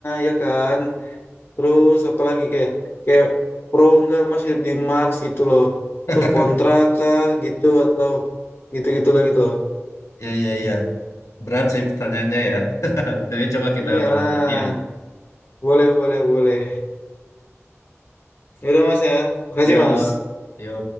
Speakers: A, on the left (about 45°); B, on the left (about 80°).
A: ya kan? Terus apalagi kayak kayak pro enggak Mas hidup di Mars gitu loh. Atau
B: <laughs>
A: kontra kah gitu atau gitu-gitu lah gitu loh.
B: iya iya iya berat sih pertanyaannya ya <laughs> tapi coba kita
A: Iyalah.
B: bahas nanti ya
A: Boleh, boleh, boleh. Ya udah Mas ya. Makasih
B: yo
A: Mas.
B: yo